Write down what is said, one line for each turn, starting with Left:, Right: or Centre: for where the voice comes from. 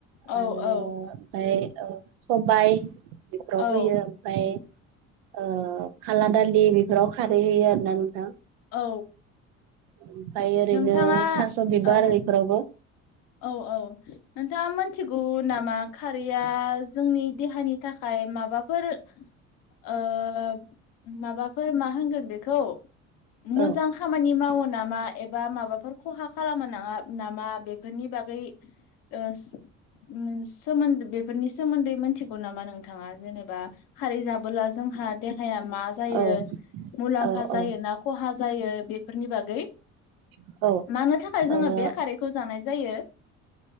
Left: औ
Right: आरो
Left: औ
Right: ओमफाय ओ सबाय बिफोराव
Left: औ
Right: होयो ओमफाय ओ खाला दालि बिफोराव खारै होयो आरो ना नोंथां।
Left: औ।
Right: ओमफाय ओरैनो
Left: नोंथाङा
Right: थास' बिबार
Left: औ
Right: आरो बिफोरावबो
Left: औ औ। नोंथाङा मोनथिगौ नामा खारैया जोंनि देहानि थाखाय माबा फोर ओ माबाफोर मा होनगोन बेखौ मोजां
Right: औ
Left: खामानि मावो नामा एबा माबाफोर खहा खालामनो नाङा नामा बे फोरनि बागै ओ ओ सोमोन्द बेफोरनि सोमोन्दै मिथिगौ नामा नोंथाङा जेनेबा खारै जाबोला जोंहा देहाया मा जायो
Right: औ
Left: मुलाम्फा
Right: औ
Left: जायो
Right: औ
Left: ना खहा जायो बेफोरनि बागै
Right: औ
Left: मानो थाखाय जोङो
Right: ओ
Left: बे खारैखौ जानाय जायो